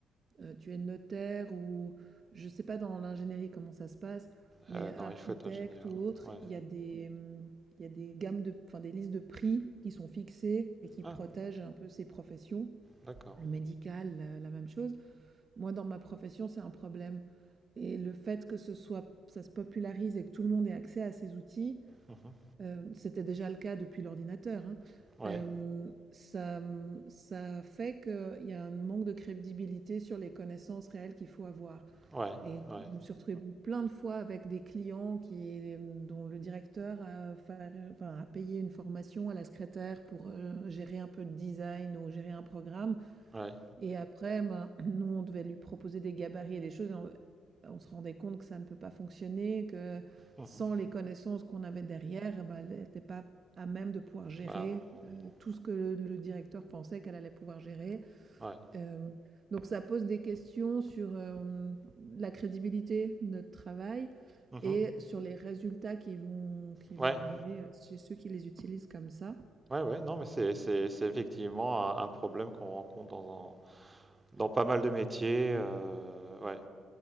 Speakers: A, on the right (about 45°); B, on the right (about 20°).
A: heu, tu es notaire ou je ne sais pas dans l'ingénierie comment ça se passe, mais
B: Euh,
A: architecte
B: non, il faut être ingénieur.
A: ou autre,
B: Ouais.
A: il y a des, mmh, il y a des gammes de enfin des listes de prix qui sont fixées et qui
B: Ah,
A: protègent un peu ces professions.
B: d'accord.
A: Le médical, heu, la même chose. Moi, dans ma profession, c'est un problème et le fait que ce soit ça se popularise et que tout le monde ait accès à ces outils,
B: Mhm.
A: heu, c'était déjà le cas depuis l'ordinateur, hein,
B: Ouais,
A: hem, ça, mmh, ça fait qu'il y a un manque de crédibilité sur les connaissances réelles qu'il faut avoir
B: ouais,
A: et
B: ouais,
A: je me suis retrouvée Ouais. plein de fois avec des clients qui, mmh, dont le directeur a faire, enfin, a payé une formation à la secrétaire pour, heu, gérer un peu de design ou gérer un programme
B: ouais.
A: et après, ben, <clears throat> nous, on devait lui proposer des gabarits et des choses. Et on, on se rendait compte que ça ne peut pas fonctionner, que
B: Mhm.
A: sans les connaissances qu'on avait derrière, eh ben, elle n'était pas à même de pouvoir gérer
B: Bah non, non,
A: euh,
B: non.
A: tout ce que le, le directeur pensait qu'elle allait pouvoir gérer.
B: Ouais.
A: Euh, donc ça pose des questions sur euh, la crédibilité de notre travail
B: Mhm.
A: et sur les résultats qui vont, qui
B: Ouais,
A: vont arriver euh, chez ceux qui les utilisent comme ça.
B: ouais, ouais, non, mais c'est c'est- c'est effectivement un, un problème qu'on rencontre dans un dans pas mal de métiers. euh, ouais,